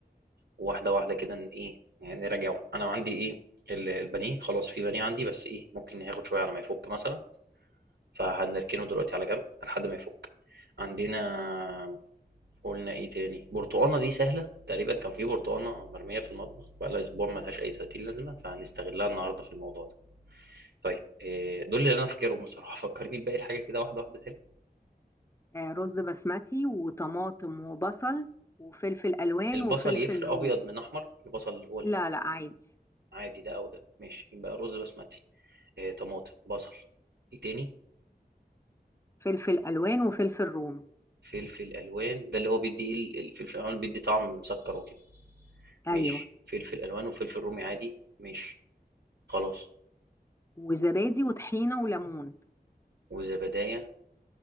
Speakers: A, on the right; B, on the left.
A: واحده واحده كده ن- ايه يعني نراجعه انا عندي ايه ال- البانيه خلاص في بانيه عندي بس ايه ممكن ياخد شويه على ما يفك مثلا فهنركنه دلوقتي على جنب لحد ما يفك عندنا قلنا ايه تاني برتقانه دي سهله تقريبا كان في برتقانه مرميه في المطبخ بقالها اسبوع ملهاش اي 30 لازمه فهنستغلها النهارده في الموضوع ده طيب إيه دول اللي انا فاكرهم بصراحه <laughs> فكرني بباقي الحاجه كده واحده واحده تاني
B: آه، رز بسمتي وطماطم وبصل وفلفل الوان
A: البصل
B: وفلفل
A: يفرق
B: رومي
A: ابيض من احمر البصل اللي هو
B: لا لا عادي
A: العادي ده او ده ماشي يبقى رز بسمتي إيه طماطم بصل ايه تاني
B: فلفل الوان وفلفل رومي
A: فلفل الوان ده اللي هو بيدي ايه الفلفل الالوان بيدي طعم مسكر وكده
B: ايوه
A: ماشي فلفل الوان وفلفل رومي عادي ماشي خلاص
B: وزبادي وطحينه وليمون
A: وزبدايه